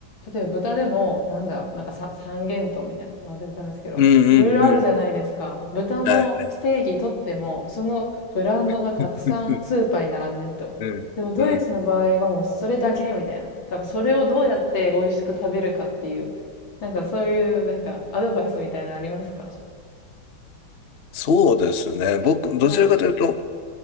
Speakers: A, on the left; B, on the left.
A: 例えば豚でも、なんだろう、なんかさ三元豚みたいなの忘れたんですけど、
B: うんうんうんうんうんうん。
A: いろいろあるじゃないですか。豚のステーキ取っても、
B: はいはい。
A: そのブランドがたくさんスーパーに並んでると。
B: <laughs> うんうん。
A: でもドイツの場合はもうそれだけみたいな。だからそれをどうやって美味しく食べるかっていう、なんかそういうなんかアドバイスみたいなのありますか
B: そうですね。僕、どちらかというと、
A: は